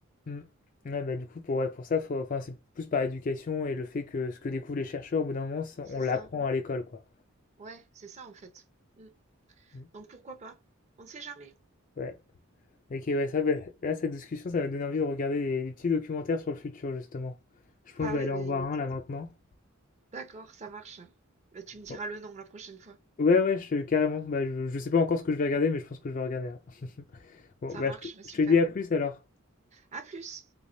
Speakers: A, on the left (about 40°); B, on the right (about 35°).
A: Mm. Ouais, bah, du coup, pour, ouais, pour ça, faut, enfin, c'est plus par éducation et le fait que ce que découvrent les chercheurs, au bout d'un moment, ça,
B: C'est
A: on l'apprend
B: ça.
A: à l'école, quoi.
B: Ouais, c'est ça, en fait. Mmh.
A: Mm.
B: Donc pourquoi pas? On ne sait jamais.
A: Ouais. Ok, ouais, ça, ben, là, cette discussion, ça va donner envie de regarder des, des petits documentaires sur le futur, justement. Je pense
B: Ah
A: que je
B: ouais,
A: vais aller en
B: bah, écoute,
A: voir un là maintenant.
B: d'accord, ça marche. Bah, tu me diras
A: Bon.
B: le nom la prochaine fois.
A: Ouais, ouais, je- carrément. Bah, je, je sais pas encore ce que je vais regarder, mais je pense que je vais regarder un. <laughs> Bon,
B: Ça
A: bah,
B: marche,
A: je te,
B: bah,
A: je
B: super.
A: te dis à plus alors.
B: À plus!